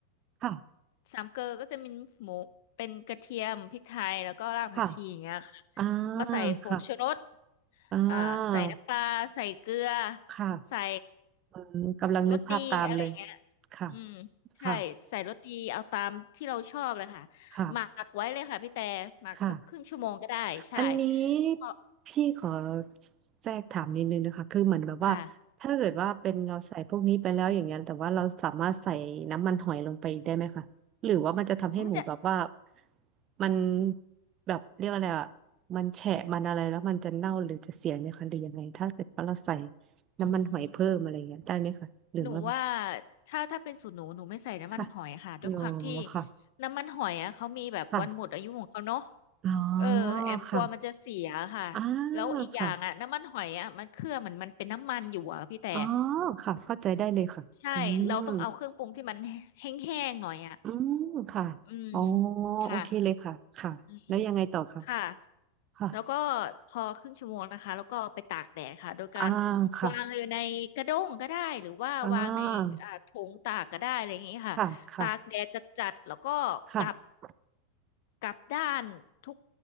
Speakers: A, on the right (about 35°); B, on the left (about 65°).
A: ค่ะ
B: สามเกลอก็จะมีหมูเป็นกระเทียมพริกไทยแล้วก็รากผักชีอย่างเงี้ยค่ะ
A: ค่ะอ่า
B: มาใส่ผงชูรส
A: ค่ะอ่า
B: อ่าใส่น้ำปลาใส่เกลือ
A: ค่ะ
B: ใส่
A: อืมกำลังนึกภาพตามเลย
B: รสดีอะไรเงี้ย
A: ค่ะ
B: อืมใช่ใส่รสดีเอาตามที่เราชอบเลยค่ะหมักไว้เลยค่ะพี่แต่หมักสักครึ่งชั่วโมงก็ได้ใช่
A: ค่ะ ค่ะ ค่ะ อันนี้
B: พอ
A: พี่ขอแทรกถามนิดนึงนะคะ คือเหมือนแบบว่าถ้าเกิดว่าเป็นเราใส่พวกนี้ไปแล้วอย่างเงี้ยแต่ว่าเราสามารถใส่น้ำมันหอยลงไปได้ไหมคะหรือว่ามันจะทำให้หมูแบบว่า
B: ค่ะโอ้ยแต่
A: มันแบบเรียกอะไรอ่ะมันแฉะมันอะไรแล้วมันจะเน่าหรือจะเสียไหมคะหรือยังไงถ้าเกิดว่าเราใส่
B: อืม
A: น้ำมันหอยเพิ่มอะไรเงี้ยได้ไหมคะหรือว่า
B: หนูว่าถ้าถ้าเป็นสูตรหนูหนูไม่ใส่น้ำมันหอยค่ะด้วยความที่
A: ค่ะอ๋อค่ะ
B: น้ำมันหอยอ่ะเขามีแบบวันหมดอายุของเขาเนาะ
A: ค่ะอ๋อ
B: เออแอมกลัวมันจะเสียค่ะแล้วอีกอย่างอ่ะน้ำมันหอยอ่ะมันเครื่องมันมันเป็นน้ำมันอยู่อ่ะพี่แต่
A: ค่ะอ่าค่ะ อ๋อค่ะเข้าใจได้เลยค่ะอืม
B: ใช่เราต้องเอาเครื่องปรุงที่มันแห้งๆหน่อยอ่ะ
A: อืมค่ะอ๋อ
B: อืมค่ะ
A: โอเคเลยค่ะค่ะแล้วยังไงต่อค่ะ
B: อืมค่ะ
A: ค่ะ
B: แล้วก็พอครึ่งชั่วโมงนะคะแล้วก็ไปตากแดดค่ะโดยการ
A: อ่าค่ะ
B: วางอยู่ในกระด้งก็ได้หรือว่าวางในอ่าถุงตากก็ได้อะไรอย่างนี้ค่ะตากแดดจัดๆแล้วก็กลับ
A: อ่าค่ะค่ะค่ะ
B: กลับด้านทุก